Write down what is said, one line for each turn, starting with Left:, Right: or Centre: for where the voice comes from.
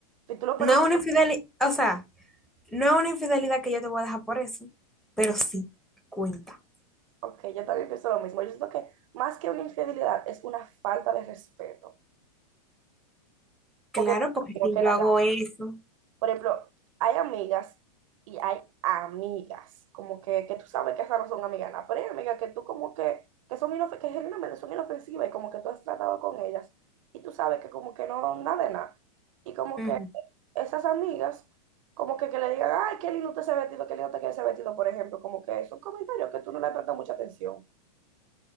Right: si tú lo perdonas,
Centre: No es una infidelidad, o sea, no es una infidelidad que yo te voy a dejar por eso, pero sí cuenta.
Right: ok, yo también pienso lo mismo. Yo siento que más que una infidelidad es una falta de respeto.
Centre: Claro,
Right: Porque no es lo
Centre: porque
Right: mismo
Centre: si
Right: que
Centre: yo
Right: la
Centre: hago eso,
Right: Por ejemplo, hay amigas y hay amigas, como que, que tú sabes que esas no son amigas, nada, pero hay amigas que tú como que, que son inof- que genuinamente son inofensivas y como que tú has tratado con ellas y tú sabes que como que no, nada de nada. Y como
Centre: ujú.
Right: que esas amigas, como que, que le digan, ay, qué lindo te ese vestido, qué lindo te queda ese vestido, por ejemplo, como que son comentarios que tú no le prestas mucha atención.